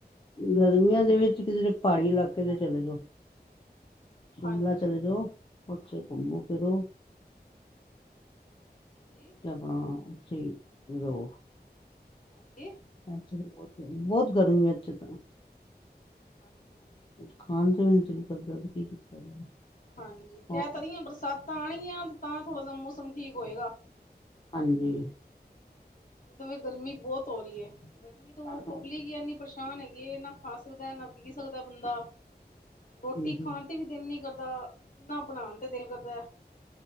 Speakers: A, on the left (about 30°); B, on the left (about 55°).
A: ਗਰਮੀਆਂ ਦੇ ਵਿੱਚ ਕਿਧਰੇ ਪਹਾੜੀ ਇਲਾਕੇ ਦੇ ਚਲੇ ਜਾਓ। ਸ਼ਿਮਲਾ
B: ਹਾਂਜੀ
A: ਚਲੇ ਜਾਓ, ਉੱਥੇ ਘੁੰਮੋ ਫਿਰੋ।
B: ਹਾਂਜੀ
A: ਆਪਣਾ ਉੱਥੇ ਈ ਰਹੋ।
B: ਹਾਂਜੀ
A: ਇਥੇ ਤਾਂ ਬਹੁਤ ਗਰਮੀ ਐ, ਬਹੁਤ ਗਰਮੀ ਹੈ ਇਥੇ ਤਾਂ।
B: ਹਾਂਜੀ ਹਾਂਜੀ
A: ਖਾਣ ਚ ਵੀ ਨਹੀਂ ਦਿਲ ਕਰਦਾ। ਜਾਏ
B: ਹਾਂਜੀ
A: ਹੋਰ
B: ਕਹਿ ਤਾਂ ਰਹੀਆਂ ਬਰਸਾਤਾਂ ਆਣਗੀਆਂ ਤਾਂ ਥੋੜਾ ਜਾ ਮੌਸਮ ਠੀਕ ਹੋਏਗਾ।
A: ਹਾਂਜੀ।
B: ਬਾਹਰ ਗਰਮੀ ਬਹੁਤ ਹੋ ਰਹੀ ਹੈ ਗਰਮੀ ਤੋਂ
A: ਹੂੰ
B: ਪਬਲਿਕ ਪਰੇਸ਼ ਹੈਗੇ ਨਾ ਖਾ ਸਕਦਾ, ਨਾ ਪੀ ਸਕਦਾ, ਬੰਦਾ ਰੋਟੀ
A: ਹੂੰ
B: ਖਾਣ ਤੇ ਵੀ ਦਿਲ ਨੀ ਕਰਦਾ ਨਾ ਬਣਾਉਣ ਤੇ ਦਿਲ ਕਰਦਾ।